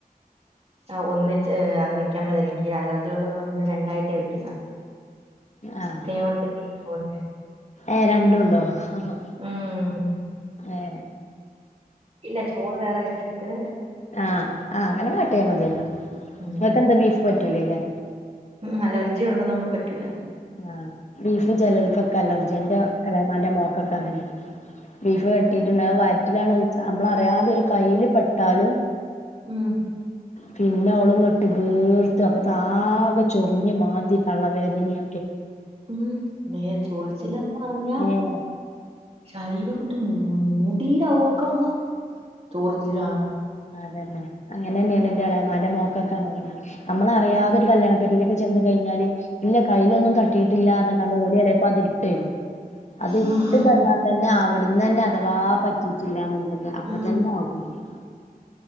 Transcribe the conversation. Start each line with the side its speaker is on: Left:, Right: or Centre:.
Right: ആ ഒന്നിച്ച് അത് വെക്കുംപ്പത്തെര് ഇൻക് ഈ അലർജി ഉള്ളത് കൊണ്ട് രണ്ടായിട്ടേ വെക്ക്ന്നെ
Left: ആഹ്
Right: ചിക്കയുണ്ട് ബീഫും ഉണ്ട്
Left: ഏ രണ്ടും ഉണ്ടോ ആ ഹാ
Right: ഉം
Left: ഏ
Right: ഇല്ല ചോറ് വേറെ വെച്ചിട്ട്
Left: ആ ആ അങ്ങനെ കാട്ടിയാ മതിയല്ലോ
Right: ഉം
Left: ഇങ്ങക്ക് എന്താ ബീഫ് പറ്റ് റ്റുലെയ്ക്കാരം
Right: ഉം അലർജി ഉള്ളതോണ്ട് പറ്റൂല
Left: ആ ബീഫ് ചേലോൽക്ക് ഒക്കെ അലർജിയാ ഇന്റെ എളെമാന്റെ മോ കൊക്കെ അങ്ങനെയാ ബീഫ് തട്ടീട്ട് ഇണ്ടെ ആ വയറ്റിലാണ് അഹ്‌ നമ്മൾ അറിയാതെ ഒര് കയിൽ പെട്ടാലും
Right: ഉം
Left: പിന്നെ ഓൾ ഇങ്ങട്ട് ബീർത്ത് അപ്പൊത്താ ആകെ ചൊർഞ്ഞ് മാന്തി പള്ള വേദനാ
Right: ഉം മേ ചൊറിച്ചില്ലെന്ന് പറഞ്ഞാ
Left: ഏഹ്
Right: ശരീരം മൂടിലാവോക്കാ ചൊർച്ചിലാണ്
Left: അതെന്നെ അങ്ങനെന്നേണ് ഇന്റെ എളേമാന്റെ മോക്കൊക്കെ അങ്ങനെയാണ് നമ്മളറിയാതൊരു കല്യാണ പെരീലൊക്കെ ചെന്ന് കഴിഞ്ഞാല് ഇല്ല കയിലൊന്നും തട്ട് ട്ടിട്ടില്ല പർണ് കാണ്ട് ഓൽ ചേലെപ്പം അത് ഇട് ട്ടെരും അത് ഇട്ട്
Right: ഉം ഉം
Left: തന്നാ തന്നെ ആവ് വ്ട്ന്ന് എന്നെ അഥവാ പറ്റിയിട്ടില്ലാന്ന് ഇണ്ടെങ്കി അപ്പൊ
Right: ഉം
Left: തന്നെ <unintelligible>